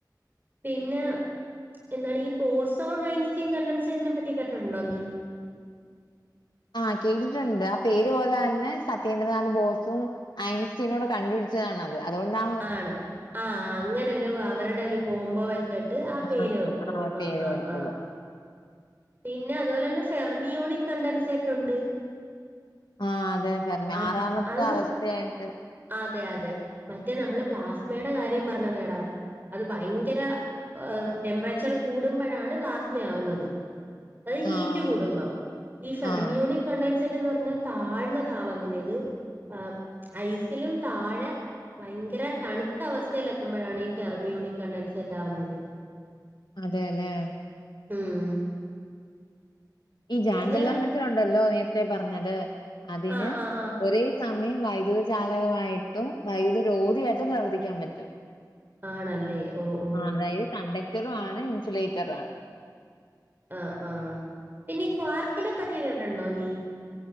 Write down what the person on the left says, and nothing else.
ആഹ്, കേട്ടിട്ടുണ്ട്, ആ പേര് പോലെത്തെന്നെ സത്യേന്ദ്രനാഥ് ബോസും. ഐൻസ്റ്റീൻ കൂടെ കണ്ടുപിച്ചതാണ് അത്. അത്, അതുകൊണ്ടാ
ആഹ്
പേര്
കൊടുത്തത്.
ആഹ് അതെ അതെ
ആറാമത്തെ
അവസ്ഥയായിട്ട്.
ആഹ്
ആഹ്
അതെല്ലേ
ഈ ജാൻജെലർ
മറ്റു കണ്ടല്ലോ നേരത്തെ പറഞ്ഞത് അതിന്
ഒരേ സമയം വൈദ്യുത ജാലകമായിട്ടും വൈദ്യുത രോദിയായിട്ടും പ്രവർത്തിക്കാൻ പറ്റും.
അതായത് കണ്ടക്ടറു ആണ് ഇൻസുലേറ്ററുണ്.